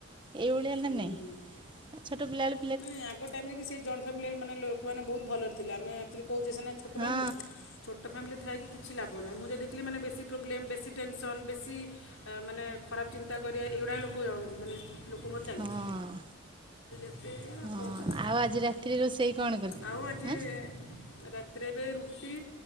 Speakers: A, on the right; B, on the left.
A: ଏଇଭଳିଆନା
B: ହୁଁ
A: ନାଇଁ।
B: ହୁଁ।
A: ଛୋଟ ପିଲାବେଳୁ
B: ନାଇଁ ଆଗ ଟାଇମରେବି ସେଇ ଜଏଣ୍ଟ ଫ୍ୟାମିଲି ମାନେ ଲୋକମାନେ ବହୁତ୍ ଭଲରେ ଥିଲେ ଆମେ ଆକ୍ଚୁଲି କହୁଚେ ସିନା ଛୁ ଛୋଟ
A: ହଁ
B: ଫ୍ୟାମିଲି ଛୋଟ ଫ୍ୟାମିଲି ଥାଇକ କିଛି ଲାଭ ନାହିଁ ମୁଁ ଯାହା ଦେଖଥିଲି ମାନେ ବେଶୀ ପ୍ରୋବ୍ଲେମ୍ ବେଶୀ ଟେନସନ୍ ବେଶୀ ମାନେ ଖରାପ୍ ଚିନ୍ତା କରିବା ଏଇଗୁଡ଼ା ଲୋକ ମାନେ ଲୋକଙ୍କର ଚାଲିଚି।
A: ହଁ ହଁ।
B: ସେଇ ଅରା
A: ହଁ
B: କଣ କରାଯିବ
A: ଆଉ ଆଜି ରାତିରେ ରୋଷେଇ କଣ କର
B: ଆଉ ଆଜି
A: ଆଁ
B: ରାତିରେ ଏବେ ରୁଟି